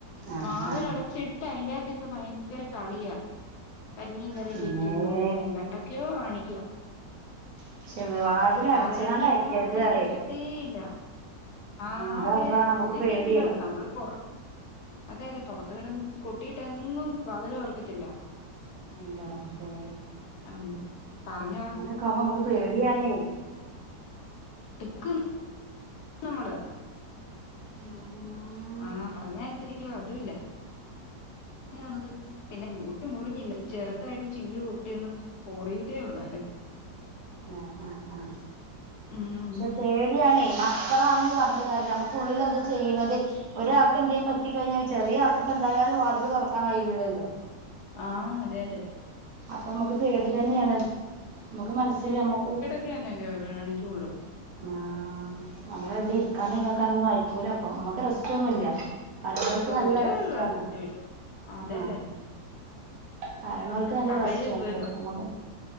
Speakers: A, on the right; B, on the left.
A: ആഹ്
B: വാതൽ
A: ആഹ്
B: അടച്ചിട്ട് അതിക- ന്ന് ഭയങ്കര കളിയാ കഞ്ഞിയും കറിയും
A: പിന്നേ
B: വെക്കുന്നു എല്ലാണ്ടാക്കിയോ കാണിക്കുവ
A: പക്ഷെ വാതില്
B: വാതലടക്കരുതന്ന്
A: അടച്ച്കാണ്ട് അയക്കരുത്
B: പറഞ്ഞാ
A: പറയേ
B: കേക്കത്തേ ഇല്ല ആഹ്
A: അതാവുമ്പളാണ്
B: തേ പറഞ്ഞാ
A: നമ്മക്ക് പേടിയേ
B: കേക്കില്ല. നമ്മള് പൊറ- അതെ അതെ പൊറത്തെടന്ന് കൊട്ടിയിട്ടെങ്ങും വാതില് തൊറക്കത്തില്ല.
A: ഇന്റെ റബ്ബേ.
B: ഉം പറഞ്ഞു പറഞ്ഞു
A: ങ്ങനെക്കാവ്മ്പൊ അമ്മക്ക് പേടിയാണേ.
B: ട്ടിക്കും നമ്മള്
A: മാമ്മാ
B: ആഹ് പറഞ്ഞാ അൻസരിക്കൊ അതുല്ലാ. ന്നെ പറഞ്ഞത് പിന്നെ മൂത്ത് മുറിഞ്ഞില്ല. ചെറ്തായിട്ട് ചില്ല് പൊട്ടി ഒന്ന് പോറിയതേ ഒള്ളായിര്ന്ന്
A: ആഹ് ആഹ് ആഹ്
B: ഉം
A: പക്ഷെ
B: ഉം
A: പേടി ടി ആണെ. മക്കളാണ്ന്ന് പർഞ്ഞിട്ട് കാര്യല്ല അമ്ക്ക് ഉള്ള്‌ല് എന്താ ചെയ്യ്ണത് ഒരാക്ക് എന്തേം പറ്റി കഴിഞ്ഞാ ചെറിയ ആക്ക്‌പ്പൊന്തായാലും വാതില് തൊറക്കാൻ കഴിയൂലല്ലോ.
B: ആഹ്. അതെ അതെ
A: അപ്പൊ അമ്മക്ക് പേടി തന്നെയാണ്. മ്മക്ക് മനസ്സില് അമ്മക്കൊരു-
B: <unintelligible> ണ് കാണിക്കൊള്ളൂ
A: ആഹ് അമ്മളെ എവ്ടിം ഇരിക്കാനും
B: ഉം
A: താക്കാനും ഒന്നും അയക്കൂല അപ്പൊ. അമ്മക്ക് റെസ്റ്റ് ഒന്നുല്ല്യ. പറയ്ണോൽക്ക് നല്ല
B: ഒരു
A: റെസ്റ്റാണ്.
B: റെസ്റ്റും ഇല്ല അതെ
A: ആഹ്
B: അതെ
A: പറയ്ണോൽക്ക് നല്ല
B: അവര്
A: റെസ്റ്റാണ്. പക്ഷെ അമ്മക്ക്